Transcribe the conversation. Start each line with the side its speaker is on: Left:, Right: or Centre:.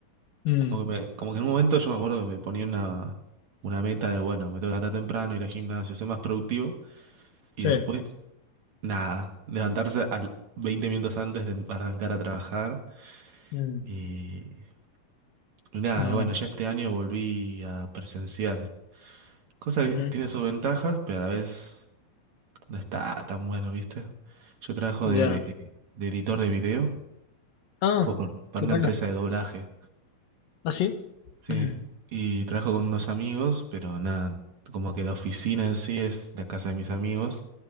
Left: mm,
Right: Como que, me- como que en un momento yo me acuerdo que me ponía una, una meta de, bueno, me tengo que levantar temprano, ir al gimnasio, ser más productivo y
Left: sí.
Right: después, nada, levantarse al 20 minutos antes de arrancar a trabajar
Left: Mm,
Right: y, y nada,
Left: no.
Right: y bueno, ya este año volví a presencial, cosa
Left: Ujú.
Right: que tiene sus ventajas, pero a la vez... No está tan bueno, ¿viste? Yo trabajo
Left: Ya.
Right: de, de editor de video
Left: Ah,
Right: co- con- para
Left: qué
Right: una
Left: bueno.
Right: empresa de doblaje.
Left: ¿Ah, sí?
Right: Sí,
Left: Mm.
Right: y trabajo con unos amigos, pero nada, como que la oficina en sí es la casa de mis amigos,